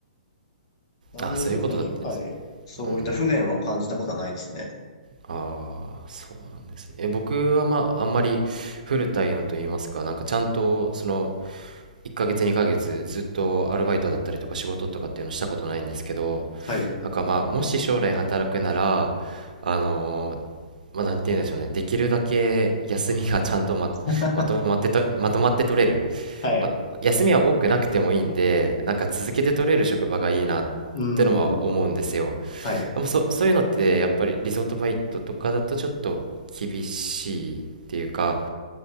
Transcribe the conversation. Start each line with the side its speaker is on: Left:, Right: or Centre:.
Left: <laughs> なんで特に、
Right: あ、そういうことだったんですね。
Left: はい。そういった不便は感じたことはないですね。
Right: うん。ああ、そうなんですね。え、僕はまあ、あんまりフルタイムといいますか、なんかちゃんと、その、1ヶ月、2ヶ月、ずっとアルバイトだったりとか仕事とかっていうのしたことないんですけど、
Left: はい。
Right: なんかまあ、もし将来働くなら、あのーまあ、なんて言うんでしょうね、できるだけ休みがちゃんとま、
Left: <laughs>
Right: まとまってと、まとまって取れる。
Left: はい。
Right: まあ、休みは多くなくてもいいんで、なんか続けて取れる職場がいいなっ
Left: うーん。
Right: てのは思うんですよ。
Left: はい。
Right: でもそ、そういうのってやっぱりリゾートバイトとかだとちょっと厳しいっていうか